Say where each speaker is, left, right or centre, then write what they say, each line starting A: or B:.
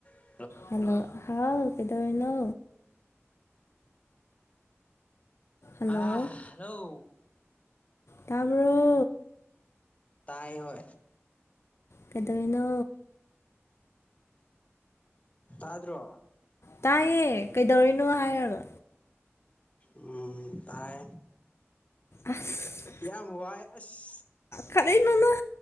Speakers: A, on the left; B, on the left.
A: ꯊ
B: ꯍꯜꯂꯣ ꯍꯥꯎ ꯀꯗꯧꯅꯣ ꯍꯜꯂꯣ
A: ꯑ ꯍꯂꯣ
B: ꯇꯥꯕ꯭ꯔꯣ
A: ꯇꯥꯏ ꯍ
B: ꯀꯗꯅꯣ
A: ꯇꯗ꯭ꯔꯣ
B: ꯇꯥꯏꯌꯦ ꯀꯩꯗꯧꯔꯤꯅꯣ ꯍꯥꯏꯔꯕ
A: ꯎꯝ ꯇꯥꯏ
B: ꯑꯁ
A: ꯌꯥꯝ ꯋꯥꯏ ꯑꯁ
B: ꯀꯗꯅꯣꯅ